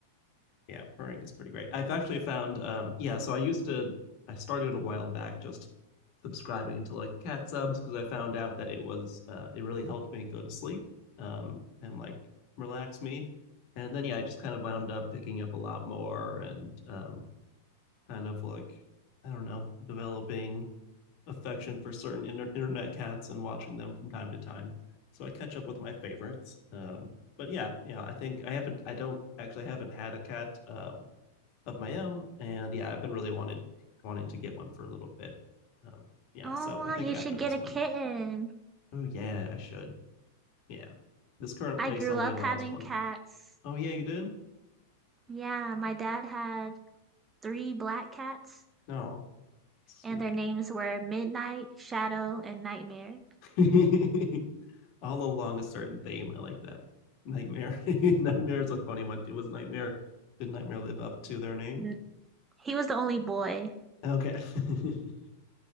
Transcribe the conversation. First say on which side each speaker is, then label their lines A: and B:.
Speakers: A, on the left (about 45°); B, on the right (about 15°).
A: yeah purring is pretty great i've actually found um yeah so i used to i started a while back just subscribing to like cat subs because i found out that it was uh it really helped me go to sleep um and like relax me and then yeah i just kind of wound up picking up a lot more and um kind of like i don't know developing affection for certain inter- internet cats and watching them from time to time so i catch up with my favorites um but yeah yeah i think i haven't i don't actually I haven't had a cat um of my own, and yeah, I've been really wanted wanting to get one for a little bit. Um, yeah,
B: Oh,
A: so
B: wow,
A: I think
B: you
A: after
B: should get
A: this
B: a
A: one,
B: kitten.
A: oh yeah, I should. Yeah, this current
B: I
A: place
B: grew
A: only
B: up
A: allows
B: having
A: one.
B: cats.
A: Oh yeah, you did?
B: Yeah, my dad had three black cats,
A: No, sweet.
B: and their names were Midnight, Shadow, and Nightmare.
A: <laughs> All along a certain theme. I like that. Nightmare. <laughs> Nightmare is a funny one. It was Nightmare. Did Nightmare live up to their name?
B: N- He was the only boy,
A: Okay. <laughs>